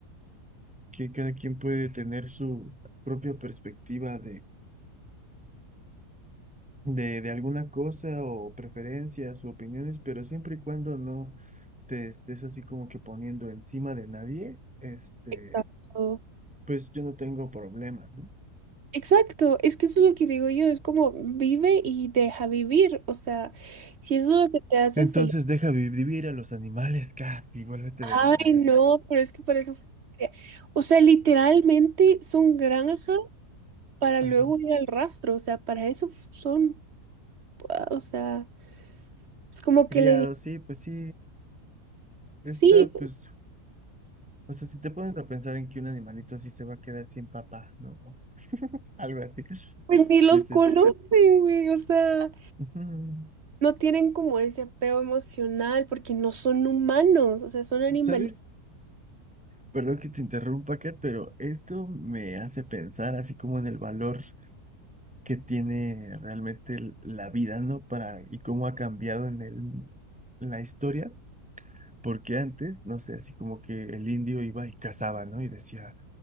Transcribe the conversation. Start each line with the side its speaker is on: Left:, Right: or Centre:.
Centre: que cada quien puede tener su propia perspectiva de, de alguna cosa o preferencias o opiniones, pero siempre y cuando no te estés así como que poniendo encima de nadie, este,
Right: exacto.
Centre: pues yo no tengo problema, ¿no?
Right: Exacto, es que eso es lo que digo yo, es como vive y deja vivir, o sea, si eso es lo que te hace
Centre: Entonces
Right: feliz.
Centre: deja vi- vivir a los animales, Kat, y vuélvete
Right: Ay,
Centre: vegana, ¿no
Right: no,
Centre: es cierto?
Right: pero es que para eso fue crea- O sea, literalmente son granjas para
Centre: Ajá.
Right: luego ir al rastro, o sea, para eso f- son, ah, o sea, es como
Centre: Criado,
Right: que le digo,
Centre: sí, pues sí, está,
Right: sí,
Centre: pues, o sea, si te pones a pensar en que un animalito así se va a quedar sin papá, ¿no? O Algo así,
Right: pues ni los
Centre: pues
Right: conocen,
Centre: es...
Right: güey, o sea,
Centre: ujú.
Right: no tienen como ese apego emocional porque no son humanos, o sea, son animalitos.
Centre: ¿Sabes? Perdón que te interrumpa, Kat, pero esto me hace pensar así como en el valor que tiene realmente el- la vida, ¿no? Para, y cómo ha cambiado en el, en la historia, porque antes, no sé, así como que el indio iba y cazaba, ¿no? Y decía,